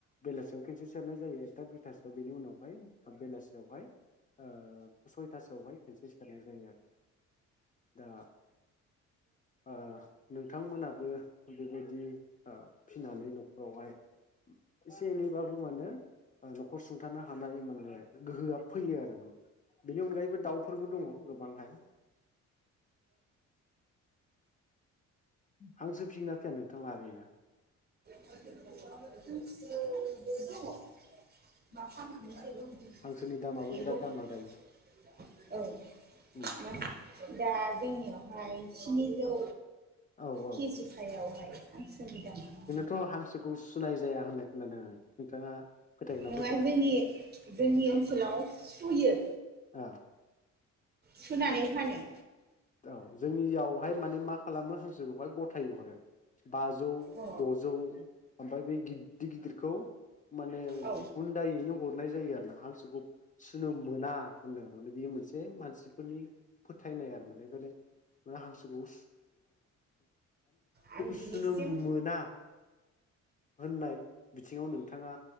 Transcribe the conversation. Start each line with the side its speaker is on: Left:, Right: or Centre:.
Left: बेलासियाव खनसे सेरनाय जायो एकथा दुइथासोआव बिनि उनावहाय बेलासियावहाय ओ सयथासोआवहाय खनसे सेरनाय जायो आरो दा ओ नोंथांमोनाबो बिदि ओ फिनानै न'खरावहाय एसे एनैबाबो मानो न'खर सुंथानो हानाय माने गोहोआ फैयो आरो माने बेनि अनगायैबो दाउफोरबो दङ गोबांहाय हांसो फिना फैया नोंथां आगैया
Right: हांसो दंङं <unintelligible>
Left: हांसोनि दामाबो बिराद दामना दायो उम
Right: औ दा जोंनियावहाय स्निजौ
Left: औ
Right: केजि
Left: औ
Right: फाइवहाय हांसोनि दामा
Left: थ' हांसोखौ सुनाय जाया होननाय खोनादों आं नोंथाङा फोथायगोन ना
Right: नङा
Left: फोथाया
Right: जोंनि जोंनि ओनसोलाव सुयो
Left: ओ
Right: सुनानै फानो
Left: औ जोंनियावहाय माने मा खालामो हांसोखौहाय गथाय हरो बाजौ
Right: अ
Left: द'जौ ओमफ्राय बे गिदिर गिदिरखौ खौ माने
Right: औ
Left: हुन्दायैनो हरनाय जायो आरो ना हांसोखौ सुनो मोना होदों आरो माने बेयो मोनसे मानसिफोरनि फोथायनाय आरो <unintelligible> <unintelligible> हांसोखौ
Right: आं दिनैसिम
Left: सुनो मोना होननाय बिथिङाव नोंथाङा